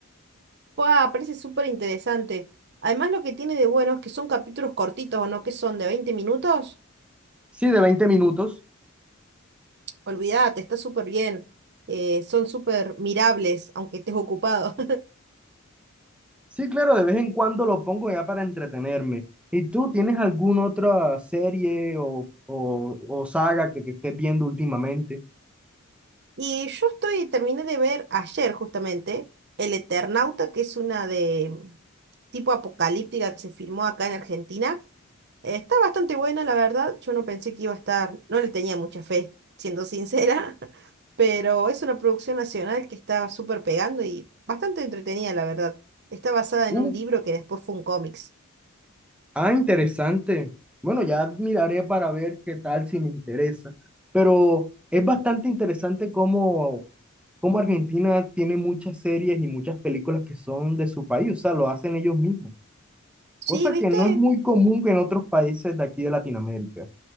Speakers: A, on the right; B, in the centre.
A: ¡Wow! Parece súper interesante. Además, lo que tiene de bueno es que son capítulos cortitos, ¿o no? Que son de 20 minutos.
B: Sí, de 20 minutos.
A: Olvídate, está súper bien. Eh, son súper mirables, aunque estés ocupado.
B: Sí, claro, de vez en cuando lo pongo ya para entretenerme. ¿Y tú tienes alguna otra serie o, o, o saga que, que estés viendo últimamente?
A: Y yo estoy, terminé de ver ayer justamente El Eternauta, que es una de mm, tipo apocalíptica que se filmó acá en Argentina. Eh, Está bastante buena, la verdad. Yo no pensé que iba a estar, no le tenía mucha fe, siendo sincera, <laughs> pero es una producción nacional que está súper pegando y bastante entretenida, la verdad. Está basada en
B: Uh,
A: un libro que después fue un cómics.
B: ah, interesante. Bueno, ya miraré para ver qué tal si me interesa. Pero es bastante interesante cómo, cómo Argentina tiene muchas series y muchas películas que son de su país, o sea, lo hacen ellos mismos,
A: Sí,
B: cosa
A: ¿viste?
B: que no es muy común en otros países de aquí de Latinoamérica.